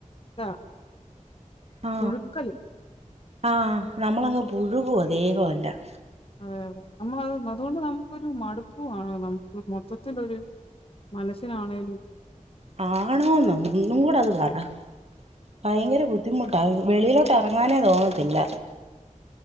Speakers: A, on the left; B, on the right.
A: ഇതാ
B: ആ
A: പുഴുക്കല്.
B: ആ നമ്മളങ്ങ് പുഴുകുവാ ദേഹവെല്ലാം
A: അതെ അതെ നമ്മളത് അതോണ്ട് നമുക്കൊരു മടുപ്പുവാണ് നമുക്കുമൊത്തത്തിലൊരു മനസ്സിനാണേലും.
B: ആണോന്നോ ഒന്നും കൂടെയങ്ങ്പറ. ഭയങ്കര ബുദ്ധിമുട്ടാ വെളിയിലോട്ട് എറങ്ങാനേ തോന്നത്തില്ല.